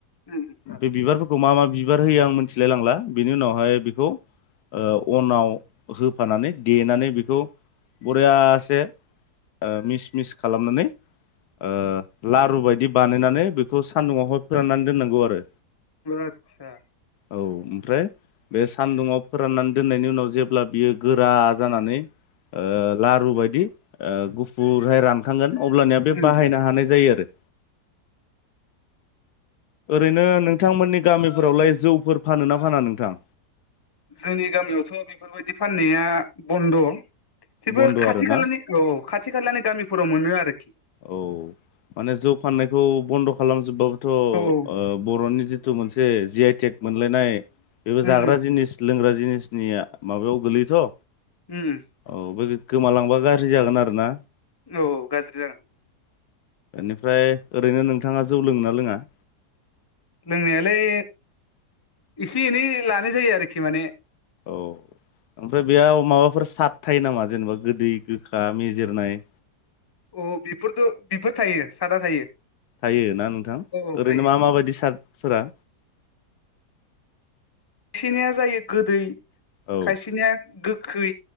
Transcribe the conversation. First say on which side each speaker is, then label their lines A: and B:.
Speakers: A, on the left; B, on the left.
A: उम आदसा
B: बे बिबारफोरखौ मा मा बिबार होयो आं मिथिलाय लांला बेनि उनावहाय बेखौ ओ अनाव होफानानै देनानै बेखौ बरियासे ओ मिस मिस खालामनानै ओ लारु बायदि बानायनानै बेखौ सान्दुङावहाय फोराननानै दोननांगौ आरो
A: आतसा
B: औ ओमफ्राय बे सान्दुंङाव फोराननानै दोननायनि उनाव जेब्ला बियो गोरा जानानै ओ लारु बायदि गुफुर हराम गोन अब्लानिया बे
A: उम
B: बाहायनो हानाय जायो आरो ओरैनो नोंथांमोननि गामि फोरावलाय जौफोर फानो ना फाना नोंथां
A: जोंनि गामियावथ' बेफोरबायदि फाननाया बन्द' थेवबो
B: बन्द'
A: खाथि
B: आरो ना
A: खालानि औ खाथि खाललाानो गामिफोराव मोनो आरोखि
B: औ माने जौ फान्नायखौ बन्द' खालामजोबबाबोथ'ओ
A: औ औ
B: बर'नि जिथु जिथु मोनसे जि आइटेक मोनलायनाय बेबो
A: उम
B: जाग्रा जिनिस लोंग्रा जिनिसनिया माबायाव गोलैयोथ'
A: ओम
B: औ बे गोमालांबा गाज्रि जागोन आरो ना
A: औ औ गाज्रि जागोन
B: बेनिफ्राय ओरैनो नोंथाङा जौ लोङो ना लोङा
A: लोंनायालाय एसे एनै लानाय जायो आरोखि माने
B: औ ओमफ्राय बेयाव माबाफोर सारथाय नामा जेनेबा गोदै गोखा मेजेरनाय
A: अ बेफोरथ' बेफोर थायो सादा थायो
B: थायोना नोंथां
A: औ औ
B: ओरैनो
A: थायो
B: मा माबायदि सार्फोरा
A: खायसेनिया जायो गोदै
B: औ
A: खायसेनिया गोखै